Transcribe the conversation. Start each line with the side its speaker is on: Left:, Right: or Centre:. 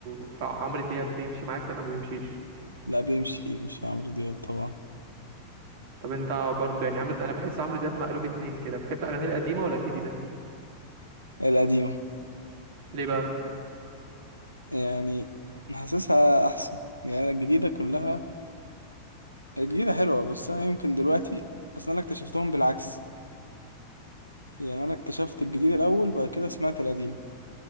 Right: في عمرو دياب بيمشي معاك ولا ما بيمشيش؟
Left: لا بيمشي يمشي عمرو دياب طبعا
Right: طب انت برضه يعني عمرو أنا بحس عمرو دياب مقلوب اتنين كده بتحب أغانيه القديمة ولا الجديدة؟
Left: القديمة
Right: ليه بقى؟
Left: يعني حاسسها أحسن يعني الجديدة كلها الجديدة حلوة بس أنا يمكن دلوقتي أصلا أنا اكتشفتهم بالعكس يعني أنا اكتشفت الجديد الأول بعد كده سمعت القديم